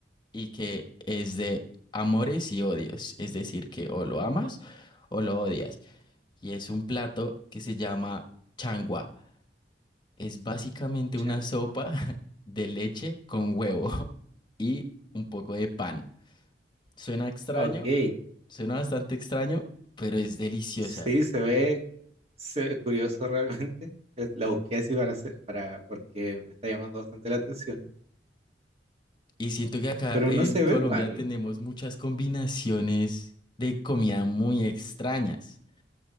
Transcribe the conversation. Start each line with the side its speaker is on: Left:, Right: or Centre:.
Left: y que es de amores y odios, es decir, que o lo amas o lo odias. Y es un plato que se llama changua. Es básicamente una
Right: Changua.
Left: sopa <laughs> de leche con huevo <laughs> y un poco de pan. Suena extraño,
Right: Ok.
Left: suena bastante extraño, pero es deliciosa.
Right: Sí, se ve, se ve curioso realmente. <laughs> Es- La busqué así para, hacer- para, porque me está llamando bastante la atención,
Left: Y siento que acá
Right: pero
Left: en
Right: no se
Left: Colombia
Right: ve mal.
Left: tenemos muchas combinaciones de comida muy extrañas,